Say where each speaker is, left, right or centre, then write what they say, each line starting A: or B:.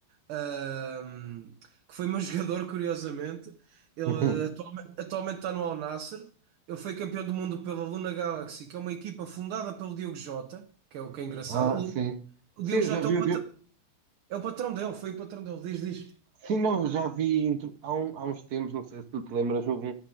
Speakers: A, on the right; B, on the right.
A: ah, que foi meu <laughs> jogador, curiosamente. Ele
B: <laughs>
A: ah, atualmente está no Al Nassr. Ele foi campeão do mundo pela Luna Galaxy, que é uma equipa fundada pelo Diogo Jota, que é o que é engraçado.
B: Ah,
A: O,
B: sim.
A: o
B: Sim,
A: Diogo
B: eu
A: Jota
B: já vi,
A: é o
B: eu
A: patrão,
B: vi-
A: é o patrão dele, foi o patrão dele, diz, diz.
B: sim, não, eu já vi entre- há, um- há uns tempos, não sei se tu te lembras, houve